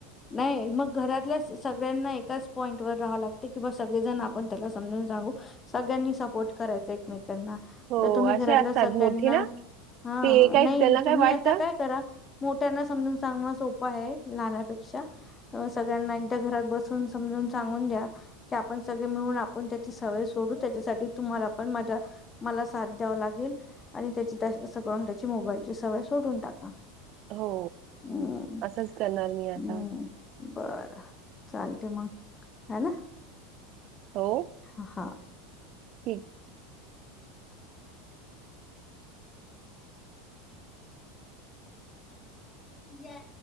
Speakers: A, on the left (about 25°); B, on the right (about 50°).
A: नाही मग घरातल्या सगळ्यांना एकाच पॉईंटवर राहावं लागत कि बा सगळेजण आप पण त्याला समजून सांगू सगळ्यांनी सपोर्ट करायच एकमेक ना
B: हो
A: तुम्ही घरातल्या
B: असे असतात
A: सगळ्यांना
B: मोठे ना
A: हा
B: ते काय
A: नाही
B: त्यांना काय
A: तुम्ही
B: वाटतं
A: आता काय करा मोठ्यांना समजून सांगण सो प आहे लहानापेक्षा सगळ्यांना एक तर घरात बसवून समजून सांगून द्या, की आपण सगळे मिळून आपण ते सवय सोडू त्याच्यासाठी तुम्हाला पण माझ्या मला साथ द्याव लागेल आणि त्याची त करून त्याची मोबाईलची सवय सोडून टाका.
B: हो
A: हम्म
B: असंच करणार मी आता
A: हम्म बरं चालतय मग हाय ना
B: हो
A: हा, हा.
B: ठीक
A: ज्या